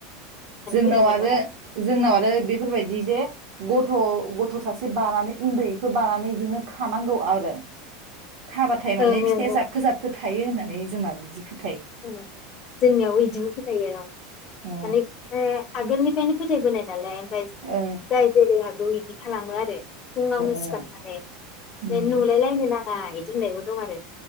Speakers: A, on the right (about 55°); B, on the left (about 25°).
A: जोंनाव
B: फोथायनाय
A: आरो
B: दं
A: जोंनाव आरो बेफोरबायदि जे गथ' गथ' गथ' सासे बानानै उन्दैखौ बानानै बिदिनो खानांगौ आरो खाबाथाय माने
B: ओं
A: फिथाइया
B: ओं
A: जाबखो जाबखो थायो होननानै जोंना बिदि ज
B: जोंनियावबो बिदिनो फोथायो यो औ
A: ओ
B: माने आगोलनिफ्रायनो फोथायबोनाय नालाय
A: ओ
B: जाय जेरै हागौ बे बिदि खालामो आरो फुङावनो
A: ओ
B: सिखारनानै
A: उम
B: बे नुलायलायनो नाङा इदि ‌होननायबो दं आरो